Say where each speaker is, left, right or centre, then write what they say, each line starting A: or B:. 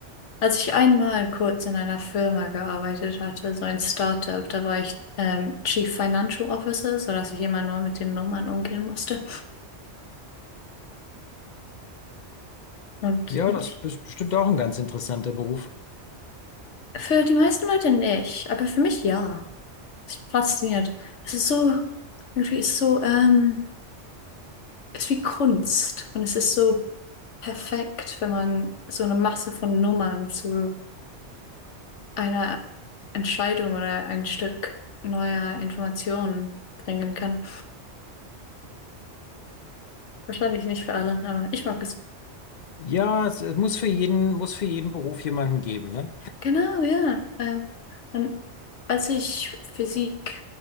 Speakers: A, on the left (about 80°); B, on the left (about 55°).
A: Als ich einmal kurz in einer Firma gearbeitet hatte, so ein Startup, da war ich ähm, Chief Financial Officer, sodass ich immer nur mit den Nummern umgehen musste. Und
B: ja, das
A: ich,
B: ist bestimmt auch ein ganz interessanter Beruf.
A: für die meisten Leute nicht, aber für mich ja. Fasziniert. Es ist so, irgendwie ist so, ähm, ist wie Kunst. Und es ist so perfekt, wenn man so eine Masse von Nummern zu einer Entscheidung oder ein Stück neuer Informationen bringen kann. Wahrscheinlich nicht für alle, aber ich mag es.
B: Ja, es, es muss für jeden, muss für jeden Beruf jemanden geben, ne?
A: Genau, ja. Ähm, und als ich Physik